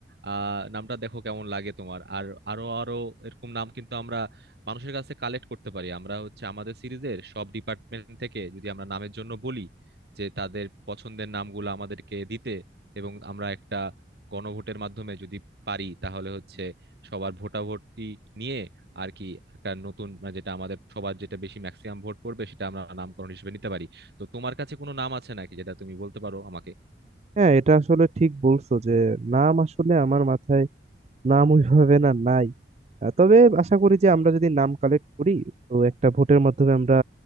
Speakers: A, on the right; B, on the right.
A: আহ নামটা দেখো কেমন লাগে তোমার আর আরো আরো এরকম নাম কিন্তু আমরা মানুষের কাছে কালেক্ট করতে পারি আমরা হচ্ছে আমাদের সিরিজের সব ডিপার্টমেন্ট থেকে যদি আমরা নামের জন্য বলি যে তাদের পছন্দের নামগুলো আমাদেরকে দিতে এবং আমরা একটা গণভোটের মাধ্যমে যদি পারি তাহলে হচ্ছে সবার ভোটাভুটি নিয়ে আর কি একটা নতুন মানে যেটা আমাদের সবার যেটা বেশি ম্যাক্সিমাম ভোট পড়বে সেটা আমরা নামকরণ হিসেবে নিতে পারি তো তোমার কাছে কোনো নাম আছে নাকি যেটা তুমি বলতে পারো আমাকে
B: হ্যাঁ এটা আসলে ঠিক বলছো যে নাম আসলে আমার মাথায় নাম ওইভাবে না নাই আহ, তবে আশা করি যে আমরা যদি নাম কালেক্ট করি তো একটা ভোটের মাধ্যমে আমরা